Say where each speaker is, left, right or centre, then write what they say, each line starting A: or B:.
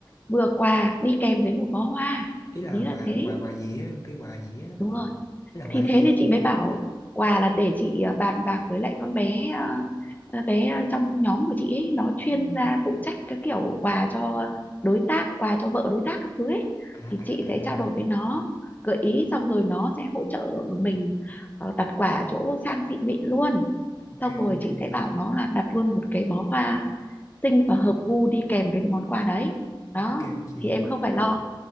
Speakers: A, on the left; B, on the left.
A: vừa quà đi kèm với một bó hoa
B: ý là
A: ý là
B: quà
A: thế
B: quà quà gì á, cái quà gì á,
A: đúng rồi
B: ý là quà
A: thì
B: gì.
A: thế nên chị mới bảo quà là để chị à, bàn bạc với lại con bé à, à, bé à, trong nhóm của chị ấy, nó chuyên
B: Ừm.
A: gia phụ trách cái kiểu quà cho đối tác quà cho vợ đối tác các thứ ấy
B: À
A: thì
B: à
A: chị
B: à,
A: sẽ trao đổi với nó gợi ý xong rồi nó sẽ hỗ trợ mình ờ, đặt quả chỗ sang xịn mịn luôn
B: ok
A: xong rồi
B: ok
A: chị sẽ
B: chị,
A: bảo nó là đặt luôn một cái bó hoa xinh và hợp gu đi kèm với cái món quà đấy đó
B: ok chị,
A: thì em không phải lo